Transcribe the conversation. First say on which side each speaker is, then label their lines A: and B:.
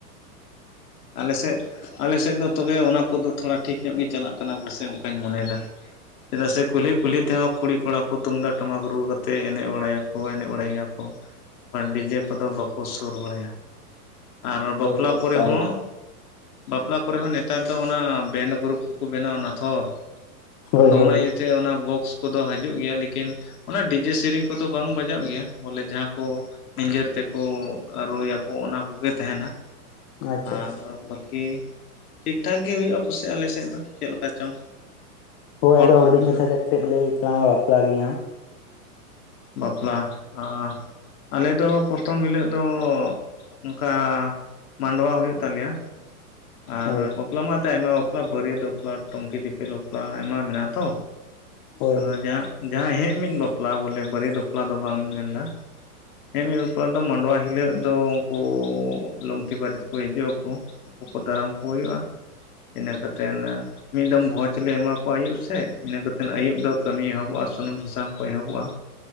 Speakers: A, on the left (about 70°); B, on the left (about 40°).
A: ᱟᱞᱮ ᱥᱮᱜ ᱟᱞᱮ ᱥᱮᱜ ᱫᱚ ᱛᱚᱵᱮ ᱚᱱᱟ ᱠᱚᱫᱚ ᱛᱷᱚᱲᱟ ᱴᱷᱤᱠ ᱧᱚᱜ ᱜᱮ ᱪᱟᱞᱟᱜ ᱠᱟᱱᱟ ᱯᱟᱥᱮᱜ ᱚᱱᱠᱟᱧ ᱢᱚᱱᱮ ᱮᱫᱟ᱾ ᱪᱮᱫᱟᱜ ᱥᱮ ᱠᱩᱞᱦᱤᱼᱠᱩᱞᱦᱤ ᱛᱮᱦᱚᱸ ᱠᱩᱲᱤᱼᱠᱚᱲᱟ ᱠᱚ ᱛᱩᱢᱫᱟᱜ ᱴᱟᱢᱟᱠ ᱨᱩ ᱠᱟᱛᱮᱜ ᱮᱱᱮᱡ ᱵᱟᱲᱟᱭ ᱟᱠᱚ ᱮᱱᱮᱡ ᱵᱟᱲᱟᱭ ᱜᱮᱭᱟ ᱠᱚ᱾ ᱵᱟᱝ ᱰᱤᱡᱮ ᱠᱚᱫᱚ ᱵᱟᱠᱚ ᱥᱩᱨ ᱵᱟᱲᱟᱭᱟ, ᱟᱨ ᱵᱟᱯᱞᱟ
B: ᱦᱳᱭ ᱦᱳᱭ
A: ᱠᱚᱨᱮ
B: ᱮᱠᱟᱞ
A: ᱦᱚᱸ᱾ ᱵᱟᱯᱞᱟ ᱠᱚᱨᱮ ᱦᱚᱸ ᱱᱮᱛᱟᱨ ᱫᱚ ᱚᱱᱟ ᱵᱮᱱᱰ ᱜᱨᱩᱯ ᱠᱚᱠᱚ ᱵᱮᱱᱟᱣᱱᱟ ᱛᱷᱚᱨ
B: ᱦᱳᱭ
A: ᱟᱫᱚ
B: ᱦᱳᱭ
A: ᱚᱱᱟ ᱤ ᱛᱮ ᱚᱱᱟ ᱵᱚᱠᱥ ᱠᱚᱫᱚ ᱦᱟᱡᱩᱜ ᱜᱮᱭᱟ ᱞᱮᱠᱤᱱ ᱚᱱᱟ ᱰᱤᱡᱮ ᱥᱮᱨᱮᱧ ᱠᱚᱫᱚ ᱵᱟᱝ ᱵᱟᱡᱟᱜ ᱜᱮᱭᱟ ᱵᱚᱞᱮ ᱡᱟᱦᱟᱸ ᱠᱚ ᱱᱤᱡᱮᱨ ᱛᱮᱠᱚ ᱨᱩᱭ ᱟᱠᱚ ᱚᱱᱟ ᱠᱚᱜᱮ ᱛᱟᱦᱮᱸᱱᱟ᱾
B: ᱟᱪᱪᱷᱟ
A: ᱟᱨ
B: ᱟᱪᱪᱷᱟ
A: ᱵᱟᱹᱠᱤ ᱴᱷᱤᱠᱼᱴᱷᱟᱠ ᱜᱮ ᱦᱩᱭᱩᱜᱼᱟ ᱯᱟᱥᱮ ᱟᱞᱮ ᱥᱮᱫ ᱫᱚ, ᱪᱮᱫ ᱞᱮᱠᱟ ᱪᱚᱝ᱾
B: ᱦᱳᱭ
A: ᱦᱚᱲ
B: ᱟᱫᱚ
A: ᱠᱚ
B: ᱦᱩᱰᱤᱧ
A: ᱵᱩᱡᱷᱟᱹᱣ
B: ᱢᱟᱪᱷᱟ ᱛᱮ ᱠᱟᱹᱴᱤᱡ ᱞᱟᱹᱭ ᱛᱟᱞᱟᱝ ᱢᱮ ᱵᱟᱯᱞᱟ ᱱᱤᱭᱟᱹ ᱦᱚᱸ᱾
A: ᱵᱟᱯᱞᱟ ᱟᱸ ᱟᱞᱮ ᱫᱚ ᱯᱨᱚᱛᱷᱚᱢ ᱦᱤᱞᱚᱜ ᱫᱚ ᱚᱱᱠᱟ ᱢᱟᱰᱣᱟ ᱦᱩᱭᱩᱜ ᱛᱟᱞᱮᱭᱟ᱾ ᱟᱨ
B: ᱦᱳᱭ
A: ᱵᱟᱯᱞᱟ ᱢᱟ ᱟᱛᱮ ᱟᱭᱢᱟ ᱵᱟᱯᱞᱟ ᱵᱟᱹᱨᱭᱟᱹᱛ ᱵᱟᱯᱞᱟ, ᱴᱩᱝᱠᱤ ᱫᱤᱯᱤᱞ ᱵᱟᱯᱞᱟ ᱟᱭᱢᱟ ᱢᱮᱱᱟᱜᱼᱟ ᱛᱚ᱾
B: ᱦᱳᱭ
A: ᱟᱫᱚ ᱡᱟᱸ ᱡᱟᱦᱟᱸ ᱦᱮᱜ ᱢᱤᱫ ᱵᱟᱯᱞᱟ ᱵᱚᱞᱮ ᱵᱟᱹᱨᱭᱟᱹᱛ ᱵᱟᱯᱞᱟ ᱫᱚ ᱵᱟᱞᱤᱧ ᱢᱮᱱᱮᱫᱟ᱾ ᱦᱮᱸ ᱢᱤ ᱵᱟᱯᱞᱟ ᱫᱚ ᱢᱟᱸᱰᱣᱟ ᱦᱤᱞᱟᱹᱜ ᱫᱚ ᱩᱱᱠᱩ ᱞᱩᱝᱛᱤ ᱵᱟᱨᱮᱛ ᱠᱚ ᱦᱤᱡᱩᱜ ᱟᱠᱩ᱾ ᱩᱠᱩ ᱫᱟᱨᱟᱢ ᱠᱩ ᱦᱩᱭᱩᱜᱼᱟ ᱤᱱᱟᱹ ᱠᱟᱛᱮᱱ ᱟᱸ ᱢᱤᱜ ᱫᱚᱢ ᱵᱷᱚᱡᱽ ᱞᱮ ᱮᱢᱟ ᱠᱚᱣᱟ ᱟᱭᱩᱵ ᱥᱮᱜ ᱤᱱᱟᱹ ᱠᱟᱛᱮᱱ ᱟᱭᱩᱵ ᱫᱚ ᱠᱟᱹᱢᱤ ᱮᱦᱚᱵᱚᱜᱼᱟ ᱥᱩᱱᱩᱢ ᱥᱟᱥᱟᱝ ᱠᱚ ᱮᱦᱚᱵᱚᱜᱼᱟ᱾